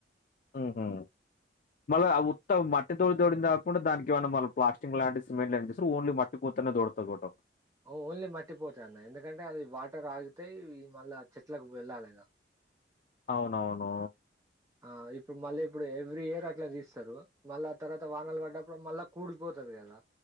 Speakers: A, on the left; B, on the right.
A: ఆహా. మళ్ళా ఉత్త మట్టి తోడి తోడింది కాకుండా దానికెమన్నా మల్లా ప్లాస్టింగ్ లాంటి సిమెంట్ లాంటి ఓన్లీ మట్టి. తోనే దొడ్తబోట.
B: ఓ ఓన్లీ మట్టిపోతెన్న ఎందుకంటే అది వా. ట్టర్ ఆగితే మళ్ళా చెట్లకు వెళ్ళాలగా.
A: అవునవును.
B: ఆ ఇప్పుడు మళ్ళీ ఇప్పుడు ఎవ్రీ ఇయర్ అట్లా దీస్తారు మళ్ళా ఆ తర్వాత వానాలు బడ్డప్పుడు మళ్ళా. కూడిపోతది గదా.